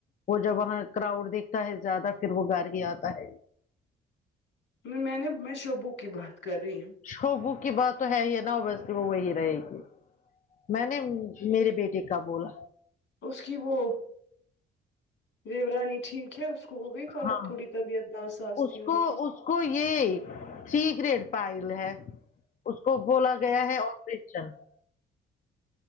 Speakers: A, on the left; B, on the left.
A: وہ جب وہاں کراؤڈ دیکھتا ہے زیادہ پھر وہ گھر ہی آتا ہے
B: نہیں میں نے میں شعبو کی بات کر رہی ہوں
A: شوبو کی بات تو ہے ہی نا ویسے وہ وہی رہے گی میں نے میرے بیٹے کا بولا
B: اس کی وہ دیو رانی ٹھیک ہے اس کو ہو گئی فرق
A: ہاں
B: تھوڑی طبیعت نآساز
A: اس
B: تھی ان
A: کو
B: کی
A: اس کو یہ سیکریٹ فائل ہے اس کو بولا گیا ہے آپریشن اچھا